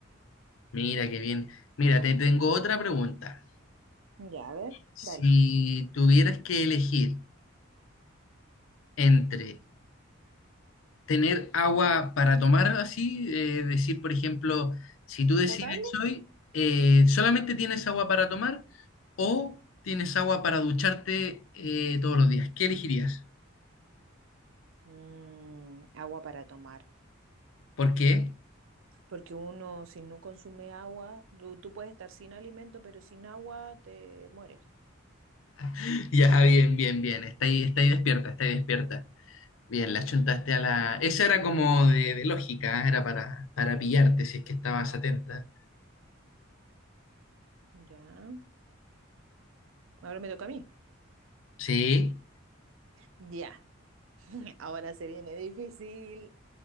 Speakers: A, on the left; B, on the right.
A: Mira, qué bien. Mira, te tengo otra pregunta.
B: Ya, a ver,
A: Si
B: dale.
A: tuvieras que elegir entre tener agua para tomar así, eh, decir, por ejemplo, si tú decides
B: ¿Potable?
A: hoy, eh, solamente tienes agua para tomar o tienes agua para ducharte eh, todos los días. ¿Qué elegirías?
B: Mm, agua para tomar,
A: ¿Por qué?
B: porque uno si no consume agua, tú, tú puedes estar sin alimento, pero sin agua te mueres.
A: <laughs> Ya, bien, bien, bien. Está ahí, está ahí despierta, está ahí despierta. Bien, la chuntaste a la... Esa era como de, de lógica, ¿eh? era para, para pillarte si es que estabas atenta.
B: Ya, ahora me toca a mí.
A: Sí.
B: Ya, <laughs> ahora se viene difícil.